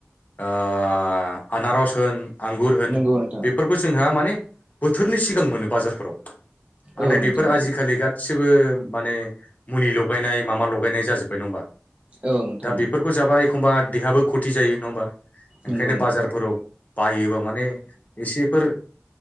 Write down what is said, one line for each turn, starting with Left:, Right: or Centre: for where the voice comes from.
Left: आनारस होन आंगुर होन
Right: नंगौ नोंथां
Left: बेफोरखौ जोंहा माने बोथो थोरनि सिगां मोनो बाजारफोराव नाथाय
Right: औ नोंथां
Left: बेफोर आजिखालि गासिबो माने मुलि लगायनाय माबा लगायनाय जाजोबबाय नङा होमबा
Right: औ नोंथां
Left: दा
Right: औ
Left: बेफोरखौ जाबा एखमबा देहायाबो खथि जायो नङा होमबा ओंखायनो
Right: नंगौ नंगौ
Left: बाजारफोराव बायोबा माने एसेफोर